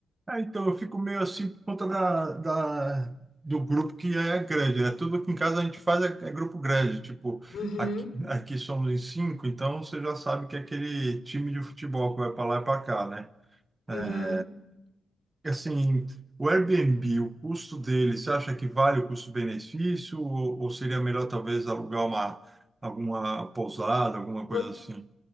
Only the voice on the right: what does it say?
É, então eu fico meio assim por conta da, da- do grupo que é grande, né? Tudo que em casa a gente faz é, é grupo grande. Tipo,
aqui, aqui somos em cinco, então você já sabe que é aquele time de futebol que vai pra lá e pra cá, né? É,
Assim, o Airbnb, o custo dele, você acha que vale o custo-benefício ou, ou seria melhor talvez alugar uma alguma pousada, alguma coisa
assim?